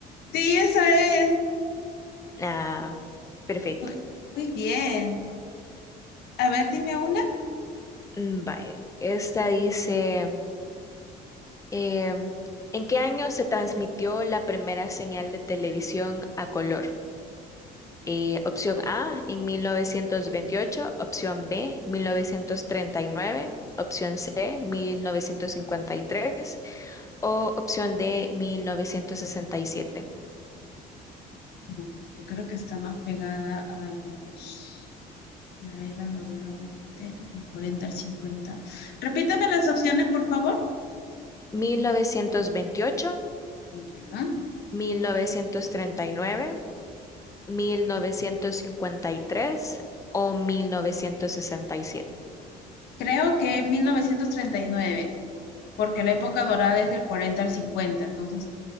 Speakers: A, on the left; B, on the left.
A: Sí, esa es.
B: Ah, perfecto.
A: Muy, muy bien. A ver, dime una.
B: Mm, Vale. Esta dice. Em, ¿en qué año se transmitió la primera señal de televisión a color? Eh, opción A, en 1928, opción B, 1939, opción C, 1953 o opción D, 1967.
A: No, yo creo que está más pegada a los... La era dorada de la tele, del 40 al 50. Repítame las opciones, por favor.
B: 1928,
A: Ya.
B: 1939, 1953 o 1967.
A: Creo que en 1939, porque la época dorada es del 40 al 50. entonces,